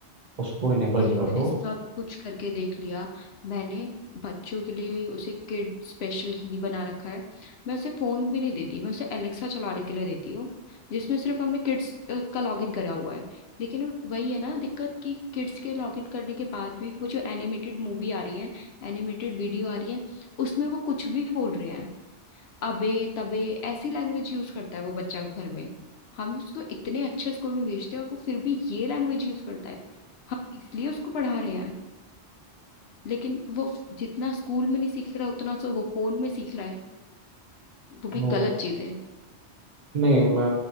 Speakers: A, on the right (about 45°); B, on the left (about 70°).
A: उसको इनेबल
B: अरे
A: कर
B: मैंने
A: दो
B: सब कुछ करके देख लिया मैंने बच्चों के लिए ही उसे किड स्पेशल ही बना रखा है मैं उसे फोन भी नहीं देती मैं उसे एलेक्सा चलाने के लिए देती हूँ जिसमें सिर्फ हमने किड्स का लॉगिन करा हुआ है लेकिन वो- वही है ना दिक्कत कि किड्स के लॉगिन करने के बाद भी वो जो एनिमेटेड मूवी आ रही है एनिमेटेड वीडियो आ रही है उसमें वो कुछ भी बोल रहे हैं अबे तबे ऐसी लैंग्वेज यूज करता है वो बच्चा घर में हम उसको इतने अच्छे स्कूल में भेजते हैं और वो फिर भी ये लैंग्वेज यूज करता है हम इसलिए उसको पढ़ा रहे हैं लेकिन वो फ- जितना स्कूल में नहीं सीख रहा उतना सो वो फोन में सीख रहा है वो
A: वो
B: भी गलत चीजें
A: नहीं मैं